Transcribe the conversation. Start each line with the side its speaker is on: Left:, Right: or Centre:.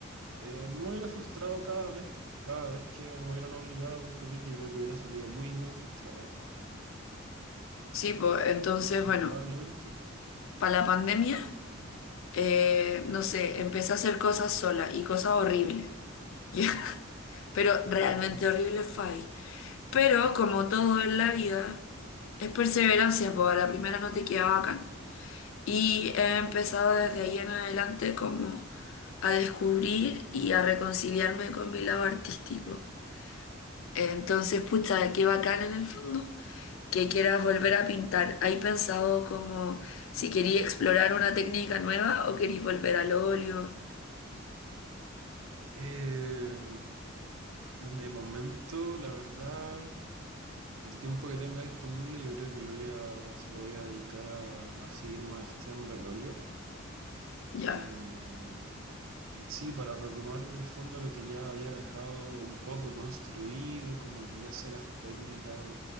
Right: Eh, me hubiera frustrado cada vez, cada vez que me hubieran obligado a competir, yo creo que hubiera salido muy, muy frustrado,
Left: Sí, pues entonces,
Right: indudablemente.
Left: bueno, para la pandemia, eh, no sé, empecé a hacer cosas sola y cosas horribles. <laughs> Pero realmente
Right: Ujú.
Left: horrible fue ahí. Pero como todo en la vida, es perseverancia, pues a la primera no te queda bacán. Y he empezado desde ahí en adelante como a descubrir y a reconciliarme con mi lado artístico. Entonces, pucha, qué bacán en el fondo que quieras volver a pintar. ¿Hay pensado como si quería explorar una técnica nueva o querís volver al óleo?
Right: Eh, de momento, la verdad, el tiempo que tenga disponible yo creo que lo voy a, se lo voy a dedicar a, a seguir maestrando el óleo.
Left: Ya.
Right: Eh, sí, para retomar en el fondo lo que ya había dejado un poco construido, como que ya sé las técnicas,